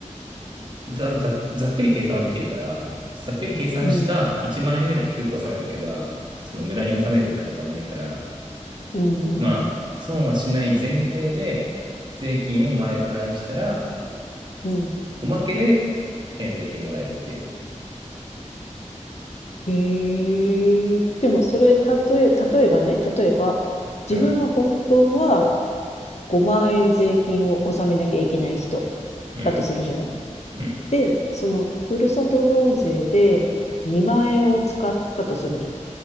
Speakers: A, on the right; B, on the left.
A: ざ、ざ、ざっくり計算はできるから、ざっくり計算した1万円ぐらい低く納めとけば、
B: うん、
A: その無駄に納めるってことはないから、
B: うん、うん、
A: まあ、損はしない前提で、税金を前払いしたら、
B: うん。
A: おまけで返礼品もらえるっていう。
B: へえ。でも、それ、
A: そう。
B: 例え、例えばね、例えば、
A: うん、
B: 自分は本当は5万円税金を納めなきゃいけない人
A: うん、
B: だとするじゃない
A: うん、
B: で、その、ふるさと納税で2万円を使ったとするじゃん。